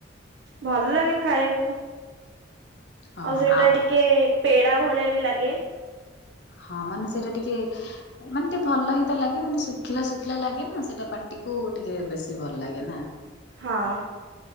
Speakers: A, on the right; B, on the left.
A: ଭଲ ଲାଗେ ଖାଇବାକୁ
B: ହଁ
A: ଆଉ
B: ହଁ
A: ସେଇଟା
B: ଆ
A: ଟିକେ ପେଡା ଭଳିଆ ବି ଲାଗେ।
B: ହଁ ମାନେ ସେଇଟା ଟିକେ ମାନେ ଟିକେ ଭଲ ହିଁ ତା ଲାଗେ ମାନେ ଶୁଖିଲା ଶୁଖିଲା ଲାଗେ ନା ସେଇଟା ପାଟିକୁ ଟିକେ ବେଶୀ ଭଲ ଲାଗେ ନା
A: ହଁ